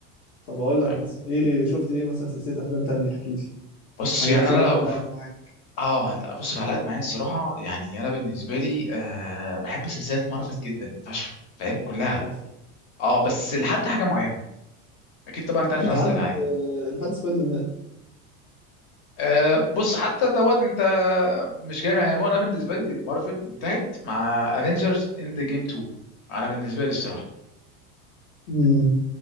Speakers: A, on the left; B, on the left.
A: طب اقول
B: طيب
A: لك مثلا ايه شفت ايه مثلا سلسله افلام تانية احكي لي
B: بص
A: حاجات
B: يعني
A: كده
B: انا
A: علقت
B: لو
A: معاك
B: اه لا بص العلاقات معايا الصراحه يعني انا بالنسبه لي آه بحب سلسله مارفل جدا فشخ فاهم كلها
A: تحفه
B: اه بس لحد حاجه معينه اكيد طبعا انت عارف
A: لحد
B: انا قصدي على ايه
A: آه، لحد سبايدر مان
B: آه بص حتى دوت انت مش جاي معايا انا بالنسبه لي مارفل انتهت مع افنجرز اند جيم 2 انا بالنسبه لي الصراحه
A: مم.